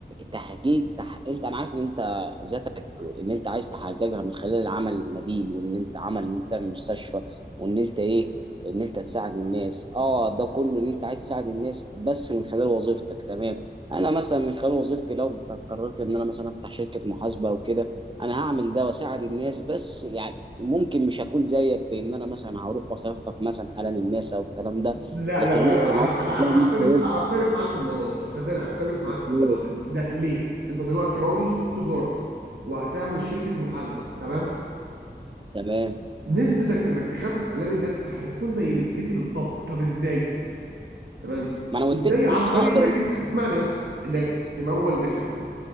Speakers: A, on the right; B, on the right.
A: تحقيق تح... انت انا عارف ان انت ذاتك ان انت عايز تحققها من خلال عمل نبيل وان انت عمل ان انت تعمل مستشفى وان انت ايه ان انت تساعد الناس اه ده كله ان انت عايز تساعد الناس بس من خلال وظيفتك تمام انا مثلا من خلال وظيفتي لو قررت ان انا مثلا افتح شركة محاسبة او كده انا هعمل ده واساعد الناس بس يعني ممكن مش هكون زيك في ان انا مثلا هروح واخفف مثلا الم الناس او الكلام ده
B: لا
A: لكن
B: لا لا
A: ممكن
B: لا انا
A: اقصد
B: انا
A: زي
B: انا
A: ما
B: بختلف
A: انت قلت
B: انا بختلف معاك في الموضوع ده أختلف اختلف معاك
A: كده.
B: في الموضوع ده ده ليه انت دلوقتي راجل في التجاره وهتعمل شركه محاسبه تمام
A: تمام
B: نسبتك في انك تخفف الام الناس ك- هتكون زي نسبتي بالظبط طب ازاي تمام
A: ما انا قلت
B: ازاي
A: لك
B: عن
A: ان انا
B: طريق
A: هقدر
B: انك
A: ان
B: انت اسمعني بس انك تمول دكاتره